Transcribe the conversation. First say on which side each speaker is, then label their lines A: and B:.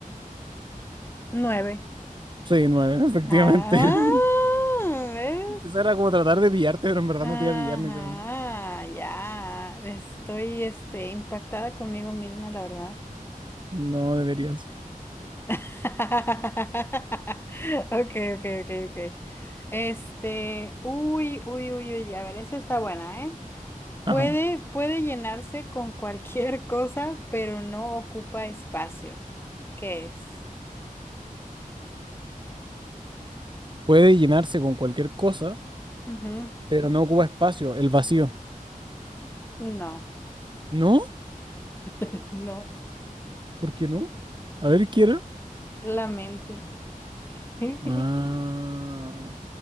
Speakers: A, on the left; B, on the right.
A: nueve.
B: Sí, nueve, <laughs> efectivamente.
A: Ah,
B: <laughs>
A: ¿ves?
B: Esa era como tratar de pillarte, pero en verdad
A: Ajá,
B: no te iba a pillar ni cagando.
A: ya. Estoy, este, impactada conmigo misma, la verdad.
B: No deberías.
A: <laughs> Okay, okay, okay, okay. Este, uy, uy, uy, uy, a ver, esa está buena, ¿eh?
B: Ajá.
A: Puede, puede llenarse con cualquier <laughs> cosa, pero no ocupa espacio. ¿Qué es?
B: Puede llenarse con cualquier cosa,
A: Ujú.
B: pero no ocupa espacio, el vacío.
A: No,
B: ¿No?
A: <laughs> no,
B: ¿Por qué no? A ver, quiero.
A: la mente. <laughs>
B: Ah.